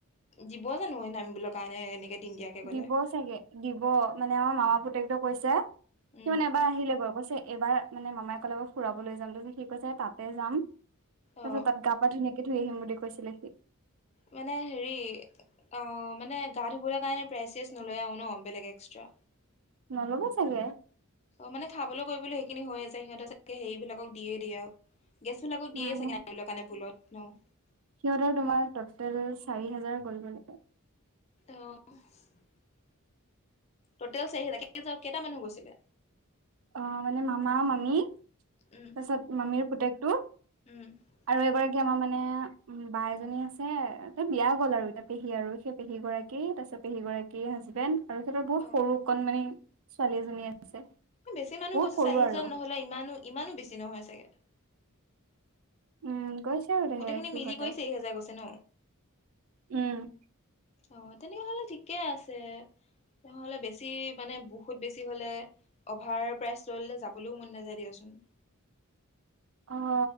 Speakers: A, on the left; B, on the right.
A: দিব জানো সেই নামিবলে কাৰণে। এনেকে দিনদিয়াকে গ'লে
B: দিব চাগে দিব মানে আমাৰ মামা পুতেক তোয়ে কৈছে-
A: উম
B: সি মানে এবাৰ আহিলে গৈ, কৈছে এবাৰ- মানে মামাই ক'লে ক ফুৰাবলৈ যাম তাপিছত সি কৈছে তাতে যাম তাপিছত
A: অ
B: তাত গা পা ধুনীয়াকে ধুই আহিম বুলি কৈছিলে সি।
A: মানে হেৰি! অঁ মানে গা ধুবলে কাৰণে প্ৰাইজ শ্ৰাইজ নলয় আও ন বেলেগ এক্সট্ৰা।
B: নল'ব চাগে।
A: অ মানে খাবলৈ কৰিবলৈ সেইখিনি হৈয়ে যায়। সিহঁতে চাগে হেয়ি বিলাকক দিয়ে দিয়ে আও। <unintelligible> গেছবিলাকক
B: উম
A: দিয়ে চাগে নামিবলে কাৰণে পুলত ন। <unintelligible>
B: সিহঁতৰ তোমাৰ ট'টেল চাৰি হাজাৰ কৰিব লাগে।
A: অঁহ। টটেল চাৰি হাজাৰ। কেজ কেইটা মানুহ গৈছিলে?
B: অঁ মানে মামা মামি
A: উম
B: তাপিছত মামীৰ পুতেকটো
A: উম
B: আৰু এগৰাকী আমাৰ মানে বা এজনী আছে ত বিয়া গ'ল আৰু এতিয়া পেহী আৰু সেই পেহী গৰাকী তাপিছত <unintelligible> পেহী গৰাকী হাজবেন্দ আৰু হেতৰ বহুত
A: অ
B: সৰু কন মানি ছোৱালীএজনী আছে।
A: বেছি মানুহ
B: বহুত
A: গৈছো
B: সৰু
A: চাৰি হোজাৰ
B: আৰু
A: নহ'লে ইমানো ইমানো বেছি নহয় চাগে। <unintelligible>
B: উম গৈছে আৰু দে
A: গোটেইখিনি
B: সিহঁতে
A: মিলি কৰি চাৰি হেজাৰ গৈছে ন?
B: উম।
A: অ তেনেকে হলে ঠিকে আছে। তেহ'লে বেছি মানে বহুত বেছি হলে অভাৰ প্ৰাইজ লৈলে যাবলেও মন নাযায় দিয়াচোন। উম
B: আহ